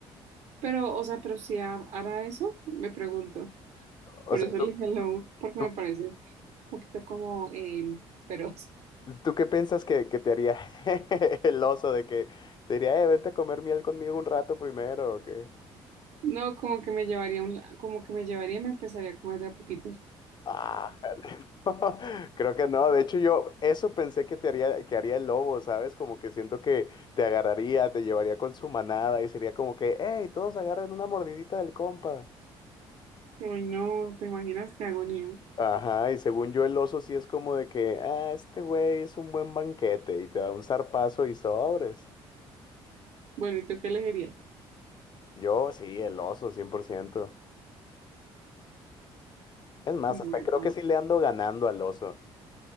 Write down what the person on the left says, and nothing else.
O
sea,
tú,
tú
¿Tú qué piensas que, que te haría <laughs> el oso de que te diría, eh, vente a comer miel conmigo un rato primero o qué?
Ah, jale, <laughs> no, creo que no. De hecho, yo eso pensé que te haría, que haría el lobo, ¿sabes? Como que siento que te agarraría, te llevaría con su manada y sería como que, hey, todos agarren una mordidita del compa.
Ajá, y según yo el oso sí es como de que, ah, este güey es un buen banquete y te da un zarpazo y sobres.
Yo sí, el oso, cien por ciento Es más,
hasta creo que sí le ando ganando al oso.